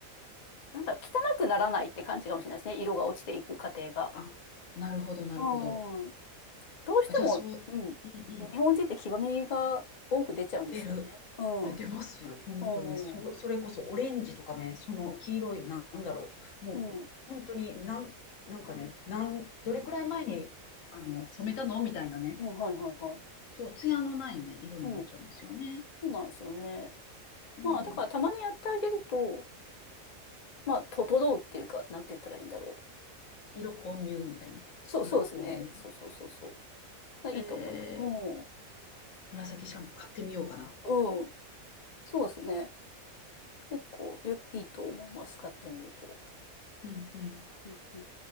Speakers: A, on the left (about 45°); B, on the left (about 70°).
A: なんだろう、汚くならないって感じかもしれないですね。色が落ちていく過程が。
B: あ、なるほど、なるほど。
A: うん。どうしても、
B: あ、じゃあそう、
A: うん。
B: うんうん。
A: 日本人って黄ばみが多く出ちゃうんですよね。
B: 出る。
A: うん。
B: いや出ますよ、
A: う
B: 本当に。
A: ん。
B: そ、
A: うん。
B: それこそオレンジとかね、その黄色い、なんだろう。もう、
A: うん。
B: 本当になん、なんかね、なん、どれくらい前に、あの、染めたのみたいなね。
A: うんはいはいはい。
B: そう、ツヤのないね、色になっちゃうんですよね。
A: うん。そうなんですよね。
B: うん。
A: まあ、だからたまにやってあげると、まあ、整うっていうか、なんて言ったらいいんだろ
B: 色混入みたいな。
A: う。そう、
B: 色投入。
A: そうですね。そうそうそうそう。いいと思います。
B: え
A: うん。
B: ー、紫シャンプー買ってみようかな。
A: うん。そうですね。結構よ、いいと思います。買ってみると。
B: うんうん
A: うんうん